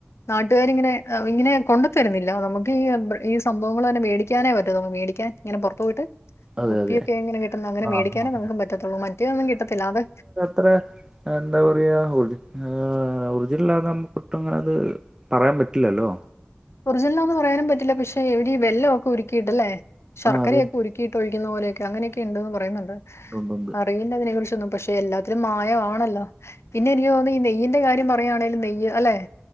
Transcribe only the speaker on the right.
അതെ
അതെ
ആഹ്
ആ
ത്രെ എന്താ പറയാ ഒറി ഒറിജിനലാന്ന മ്മക്ക് പെട്ടെന്നത് പറയാൻ പറ്റില്ലല്ലോ
ആഹ് അതെ
ഉണ്ടുണ്ട്